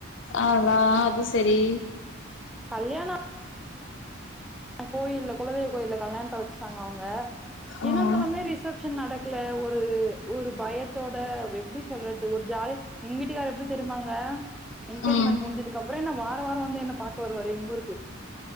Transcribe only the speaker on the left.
ஆஹ் வா அது சேரி
ம்
ம்